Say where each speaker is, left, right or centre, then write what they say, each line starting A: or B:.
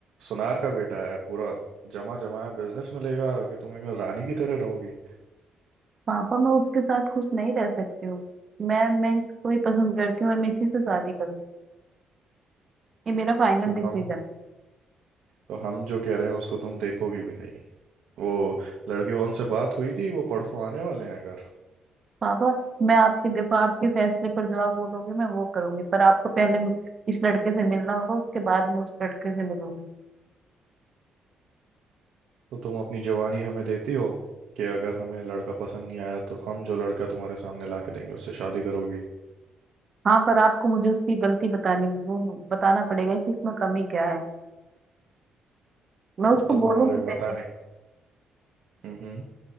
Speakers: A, on the right; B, on the right.
A: सुनार का बेटा है पूरा जमा जमाया बिजनेस मिलेगा कि तुम एकदम रानी की तरह रहोगी
B: पापा मैं उसके साथ खुश नहीं रह सकती हूँ मैं मैं इसको ही पसंद करती हूँ और मैं इसी से शादी करूंगी ये मेरा फाइनल
A: तो
B: डिसीजन
A: हम तो हम जो कह रहे हैं उसको तुम देखोगी भी नहीं वो लड़के उनसे बात हुई थी वो परसों आने वाले हैं घर
B: पापा मैं आपके देखो आपके फैसले पर जो आप बोलोगे मैं वो करूंगी पर आपको पहले इस लड़के से मिलना होगा उसके बाद मैं उस लड़के से मिलूंगी
A: तो तुम अपनी जवानी हमें देती हो कि अगर हमें लड़का पसंद नहीं आया तो हम जो लड़का तुम्हारे सामने ला के देंगे उससे शादी करोगी
B: हाँ पर आपको मुझे उसकी गलती बतानी वो बताना पड़ेगा कि इसमें कमी क्या है मैं उसको
A: और तुम
B: बोलूंगी
A: हमारे बताने
B: पहले
A: हम्म